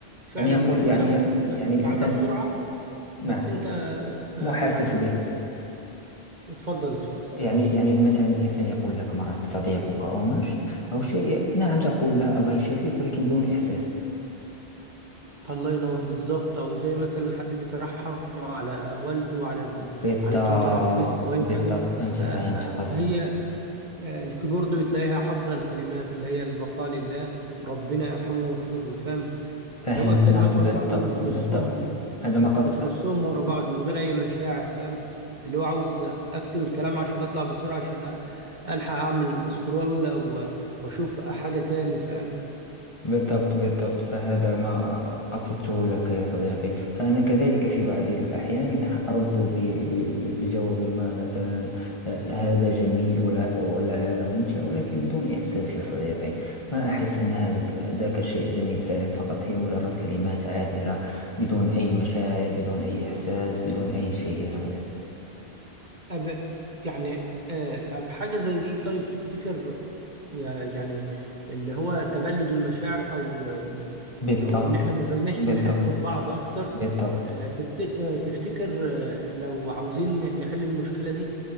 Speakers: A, on the right (about 45°); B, on the left (about 30°).
A: فعلا
B: يعني يقول
A: الرسالة
B: يعني
A: ممكن تبع-
B: يعني
A: تبعتها
B: الإنسان
A: بسرعة بس
B: نعم
A: انت آه،
B: مو حاسس
A: يعني
B: بها
A: اتفضل اتفضل
B: يعني يعني مثلا الإنسان يقول لك مرض صديقك أو ما ش- أو شيء نعم تقول له الله يشافيك ولكن بدون إحساس
A: الله ينور بالظبط او زي مثلا حد بيترحم على والده على ال...
B: بالضبط
A: على تويتر او فيس او اي
B: بالضبط
A: حاجه
B: أنت
A: آه،
B: فهمت
A: آه،
B: قصدي
A: هي آه، الكيبورد بتلاقيها حافظه الكلمات اللي هي البقاء لله ربنا يرحمه ويغفر له فاهم
B: فهمتنا
A: اللي هو الكلمات
B: بالضبط
A: ورا بعضهم بترصهم
B: بالضبط هذا
A: ب-
B: ما قصد
A: بترصهم ورا بعض من غير اي مشاعر فاهم اللي هو عاوز اكتب الكلام عشان اطلع بسرعه عشان أ- الحق اعمل سكرول و... واشوف حاجه تاني فاهم
B: بالضبط بالضبط فهذا ما قصدته لك يا صديقي فأنا كذلك في بعض الأحيان <laughs> أرد ب- ب- ب- بجواب ما مثلا آه، هذا جميل ولا ولا هذا ممتع ولكن بدون إحساس يا صديقي ما أحس أن هذا ذاك شيء جميل فعلا فقط هي مجرد كلمات عابرة بدون أي مشاعر بدون أي إحساس بدون أي شيء يا صديقي
A: أب يعني آه، أب حاجة زي دي طيب تفتكر يا- يعني اللي هو تبلد المشاعر أو
B: بالضبط
A: أو إن إحنا ما بقناش
B: بالضبط
A: بنحس ببعض أكتر
B: بالضبط
A: آه، تفت- آه، تفتكر آه، لو عاوزين نحل المشكلة دي